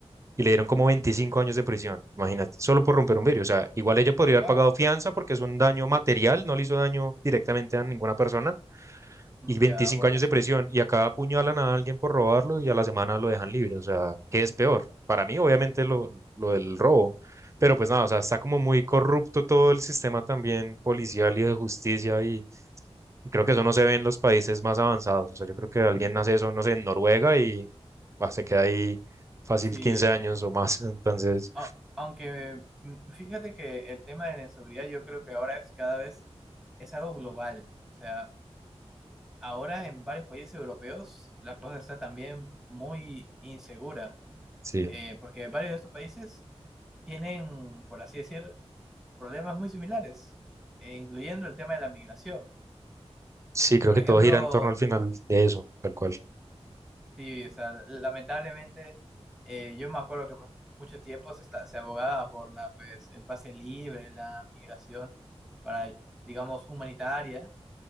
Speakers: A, on the right; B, in the centre.
A: y le dieron como 25 años de prisión, imagínate, solo por romper un vidrio. O sea, igual ella podría haber
B: Wow.
A: pagado fianza porque es un daño material, no le hizo daño directamente a ninguna persona y veinticinco
B: Ya, bueno,
A: años de
B: sí.
A: prisión y acá apuñalan a alguien por robarlo y a la semana lo dejan libre. O sea, ¿qué es peor? Para mí, obviamente, lo, lo del robo, pero pues nada, o sea, está como muy corrupto todo el sistema también policial y de justicia y, y creo que eso no se ve en los países más avanzados. O sea, yo creo que alguien hace eso, no sé, en Noruega y bah, se queda ahí fácil
B: Sí.
A: 15 años o más. <laughs> Entonces,
B: Au- aunque mm, fíjate que el tema de la inseguridad yo creo que ahora es cada vez es algo global. O sea, ahora en varios países europeos la cosa está también muy insegura,
A: sí,
B: eh, porque varios de estos países tienen, por así decir, problemas muy similares, eh, incluyendo el tema de la migración.
A: sí, creo
B: Por
A: que
B: ejemplo,
A: todo gira en torno al final de eso, tal cual.
B: sí, o sea, lamentablemente eh, yo me acuerdo que por mucho tiempo se, está- se abogaba por la, pues, el pase libre, la migración para, digamos, humanitaria,